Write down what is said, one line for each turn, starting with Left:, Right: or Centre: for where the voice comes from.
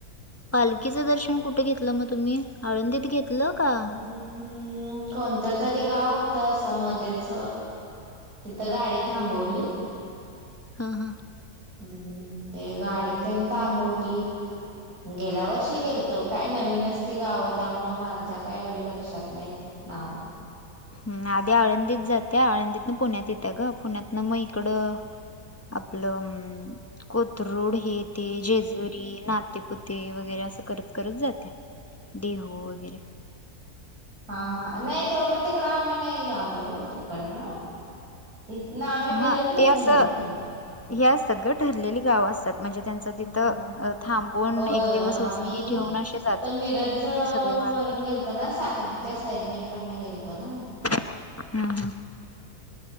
Left: पालखीचं दर्शन कुठे घेतलं मग तुम्ही आळंदीत घेतलं का?
Right: हम् कोणतं तरी गाव होतं असं मध्येच. तिथं गाडी थांबवली.
Left: हां हां.
Right: हम्म ते गाडी तेनी थांबवली. गेल्या वर्षी गेलतो काय नवीनच ती गावं त्यामुळे माझ्या काय एवढी लक्षात नाहीत. नाव.
Left: हम् आधी आळंदीत जात्या आळंदीतन पुण्यात येत्या ग पुण्यातन मग इकडं. आपपल. कोथरूड हे ते जेजुरी नातेपुते वगैरे असं करत करत जाते. देहू वगैरे.
Right: हा हा नाही तेवढं तिकडं आम्ही नाही आलो तिकडनं. इथ ना आम्ही मिरजमधन
Left: हा ते असं
Right: गेलतो.
Left: हे असतात ग ठरलेली गाव असतात. म्हणजे त्यांच
Right: हा
Left: तिथं थांबून
Right: होय
Left: एक
Right: होय
Left: दिवस
Right: आम्ही
Left: वस्ती ठेवून असे जातात.
Right: तर मिरज
Left: सगळे वारकरी
Right: वरून गेलतो ना सांगलीच्या साईडकडनं गेलतो ना.
Left: हम् हम्.